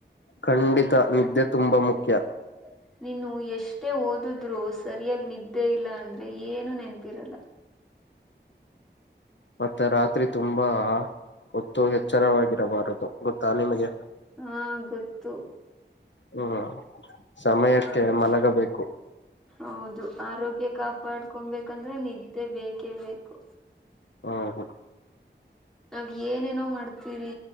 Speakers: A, on the left; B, in the centre.
A: ಖಂಡಿತ ನಿದ್ದೆ ತುಂಬಾ ಮುಖ್ಯ.
B: ಹ. ನೀನು ಎಷ್ಟೇ ಓದಿದ್ರು ಸರಿಯಾಗಿ ನಿದ್ದೆ ಇಲ್ಲ ಅಂದ್ರೆ ಏನು ನೆನಪಿರಲ್ಲ.
A: ಮತ್ತೆ ರಾತ್ರಿ ತುಂಬಾ ಹೊತ್ತು ಎಚ್ಚರವಾಗಿರಬಾರದು ಗೊತ್ತಾ ನಿಮಗೆ.
B: ಹಾ ಗೊತ್ತು.
A: ಹ್ಮ ಸಮಯಕ್ಕೆ
B: ಹ
A: ಮಲಗಬೇಕು.
B: ಹೌದು ಆರೋಗ್ಯ ಕಾಪಾಡ್ಕೊಬೇಕಂದ್ರೆ ನಿದ್ದೆ ಬೇಕೇ ಬೇಕು.
A: ಹ್ಮ ಹ.
B: ನಾವ್ ಏನೇನೋ ಮಾಡ್ತೀರಿ